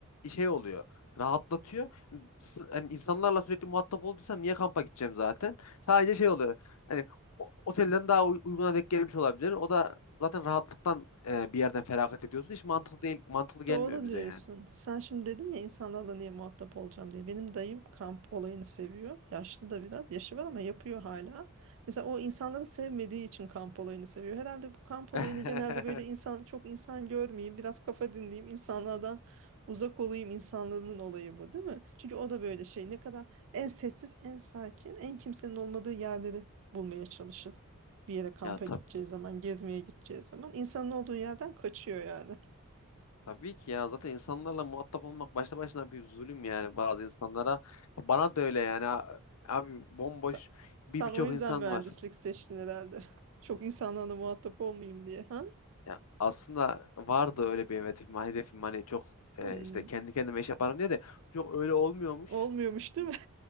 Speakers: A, on the left (about 75°); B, on the right (about 60°).
A: şey oluyor. Rahatlatıyor. Hani s- hani insanlarla sürekli muhatap olduysam niye kampa gideceğim zaten? Sadece şey oluyor. Hani o- otelden daha uy- uyguna denk gelmiş olabilir. O da zaten rahatlıktan e, bir yerden feragat ediyorsun. Hiç mantıklı değil, mantıklı gelmiyor
B: Doğru
A: bize
B: diyorsun.
A: yani.
B: Sen şimdi dedin ya insanlarla niye muhatap olacağım diye. Benim dayım kamp olayını seviyor. Yaşlı da biraz. Yaşı var ama yapıyor hala. Mesela o insanları sevmediği için kamp olayını seviyor. Herhalde bu kamp
A: <laughs>
B: olayını genelde böyle insan çok insan görmeyeyim, biraz kafa dinleyeyim, insanlardan uzak olayım insanların olayı bu, değil mi? Çünkü o da böyle şey ne kadar en sessiz, en sakin, en kimsenin olmadığı yerleri bulmaya çalışır. Bir yere kampa
A: Ya tab
B: gideceği zaman, gezmeye gideceği zaman insanın olduğu yerden kaçıyor yani.
A: tabii ki ya zaten insanlarla muhatap olmak başta başına bir zulüm yani bazı insanlara. Bana da öyle yani A- abi bomboş
B: Sen, sen
A: bir birçok
B: o yüzden
A: insan
B: mühendislik
A: var.
B: seçtin herhalde. <laughs> Çok insanlarla muhatap olmayayım diye. Ha?
A: Ya aslında vardı öyle bir hedefim. Hedefim hani çok e,
B: Hmm,
A: işte kendi kendime iş yaparım diye de çok öyle olmuyormuş.
B: Olmuyormuş değil mi?